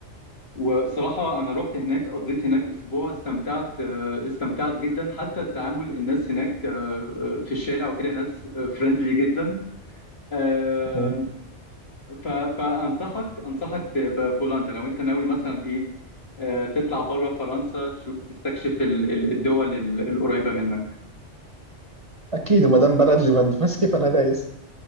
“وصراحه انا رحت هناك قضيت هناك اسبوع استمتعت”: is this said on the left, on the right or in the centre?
Left